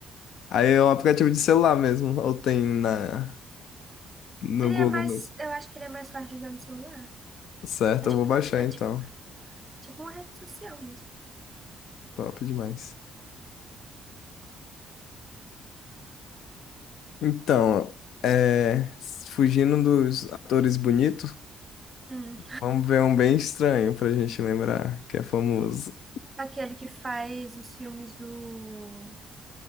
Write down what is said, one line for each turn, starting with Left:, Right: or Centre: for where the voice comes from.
Left: Aí é um aplicativo de celular mesmo, ou tem na, no
Right: Ele
Left: Google
Right: é mais.
Left: mesmo.
Right: Eu acho que ele é mais fácil de usar no celular.
Left: Certo,
Right: É tipo,
Left: eu vou baixar
Right: é
Left: então.
Right: tipo, tipo uma rede social mesmo.
Left: Top demais. Então, é, fugindo dos atores bonitos.
Right: Hum.
Left: Vamos ver um bem estranho pra gente lembrar, que é famoso.
Right: Aquele que faz os filmes do.